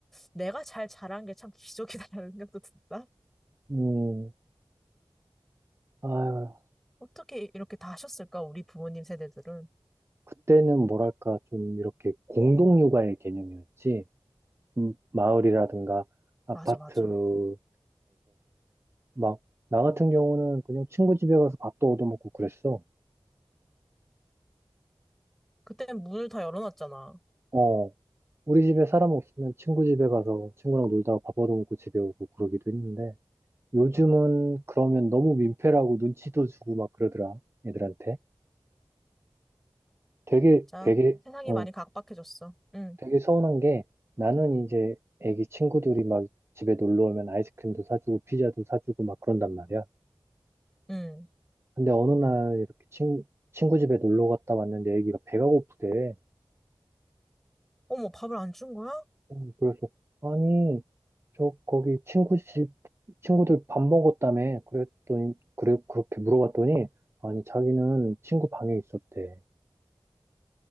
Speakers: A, in the centre; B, on the right.
A: 내가 잘 자란 게 참 기적이다라는 생각도 든다.
B: 음, 아,
A: 어떻게 이렇게 다 하셨을까, 우리 부모님 세대들은.
B: 그때는 뭐랄까, 좀 이렇게 공동육아의 개념이었지. 음, 마을이라든가 아파트에서
A: 맞아, 맞아.
B: 막 나 같은 경우는 그냥 친구 집에 가서 밥도 얻어먹고 그랬어.
A: 그때는 문을 다 열어놨잖아.
B: 어, 우리 집에 사람 없으면 친구 집에 가서 친구랑 놀다가 밥 얻어먹고 집에 오고 그러기도 했는데 요즘은 그러면 너무 민폐라고 눈치도 주고 막 그러더라, 애들한테. 되게
A: 맞아.
B: 되게
A: 세상이
B: 어,
A: 많이 각박해졌어. 응,
B: 되게 서운한 게 나는 이제 애기 친구들이 막 집에 놀러 오면 아이스크림도 사주고 피자도 사주고 막 그런단 말이야.
A: 응.
B: 근데 어느 날 이렇게 친, 친구 집에 놀러 갔다 왔는데 애기가 배가 고프대.
A: 어머, 밥을 안 준 거야?
B: 음, 그래서, 아니, 저, 거기 친구 집, 친구들 밥 먹었다며. 그랬더니, 그래, 그렇게 물어봤더니, 아니, 자기는 친구 방에 있었대.